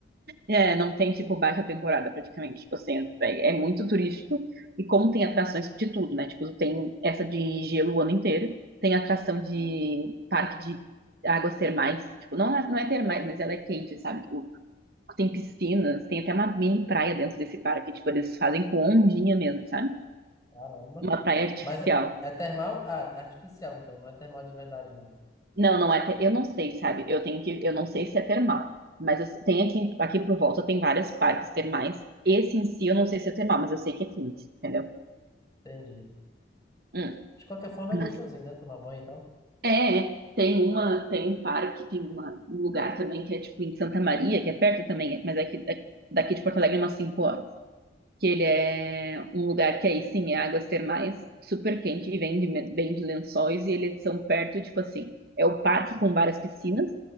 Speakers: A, on the right (about 55°); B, on the left (about 20°).
A: É, não tem, tipo, baixa temporada praticamente. Tipo assim, é, é muito turístico. E como tem atrações de tudo, né? Tipo, tem essa de gelo o ano inteiro. Tem atração de parque de águas termais. Tipo, não, é- não é termais, mas ela é quente, sabe? Tipo, tem piscinas, tem até uma mini praia dentro desse parque. Tipo, eles fazem com ondinha mesmo, sabe?
B: Caramba.
A: Uma praia artificial.
B: Mas é, é termal? Ah, artificial, então. Não é termal de verdade, não.
A: Não, não é. te- Eu não sei, sabe? Eu tenho que. Eu não sei se é termal. Mas eu- tem aqui, aqui por volta tem vários parques termais. Esse em si eu não sei se é termal, mas eu sei que é quente, entendeu?
B: Entendi.
A: Hum.
B: De qualquer forma, é
A: Mas
B: gostosinho, né? Tomar banho e tal.
A: é, é. tem uma, tem um parque, tem uma- um lugar também que é tipo em Santa Maria, que é perto também, mas é que é daqui de Porto Alegre é umas 5 horas. Que ele é um lugar que aí sim é águas termais, super quente e vem de, vem de lençóis e eles são perto, tipo assim, é o parque com várias piscinas.